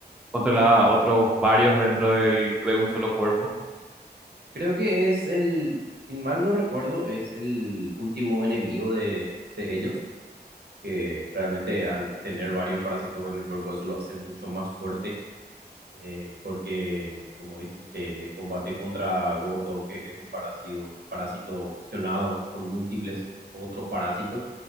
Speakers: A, in the centre; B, on the right.
A: controlaba otros varios dentro del- de un solo cuerpo.
B: Creo que es el, sin mal no recuerdo, es el último enemigo de, de ellos, que realmente al tener varios parásitos en el cuerpo eso lo hace mucho más fuerte, eh, porque como dijiste, el combate contra Goto, que es un parásito, parásito fusionado con múltiples otros parásitos,